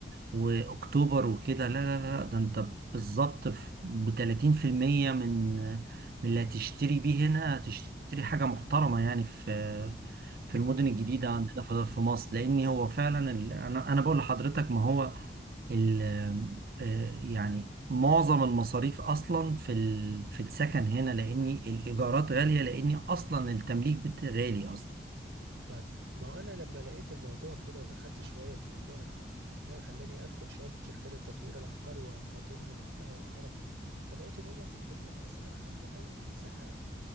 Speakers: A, on the right; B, on the right.
A: وأكتوبر وكده لا لا لا ده أنت بالظبط ب 30% من من اللي هتشتري بيه هنا هتشتري حاجة محترمة يعني في في المدن الجديدة عندنا في في مصر لأن هو فعلا ال... أنا أنا بقول لحضرتك ما هو ال آه، يعني معظم المصاريف اصلا في ال- في السكن هنا لاني الايجارات غاليه لاني اصلا التمليك بت- غالي اصلا
B: طيب ما هو انا لما لقيت الموضوع كده ودخلت شويه في موضوع ال- ده خلاني ادخل شويه في شركات التطوير العقاري واخاطبهم وبتاع واعرف فلقيت ان هم بيتكلموا في اسعار عاليه قوي في مساحه آه،